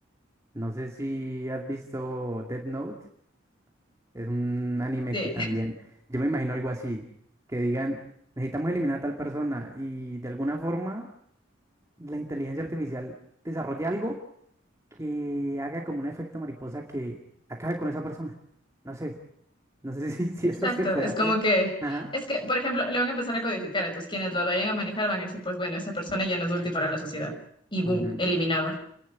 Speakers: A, on the right; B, on the left.
A: No sé si has visto Death Note, es un anime
B: Sí,
A: que también, yo me imagino algo así, que digan, necesitamos eliminar a tal persona y de alguna forma la inteligencia artificial desarrolle algo que haga como un efecto mariposa que acabe con esa persona. No sé, no sé
B: <laughs>
A: <laughs> si, si
B: exacto.
A: eso se puede
B: Es
A: hacer.
B: como que,
A: Ajá.
B: es que, por ejemplo, le van a empezar a codificar, entonces quienes lo vayan a manejar van a decir, pues bueno, esa persona ya no es útil para la sociedad. Y boom,
A: ujú,
B: eliminado.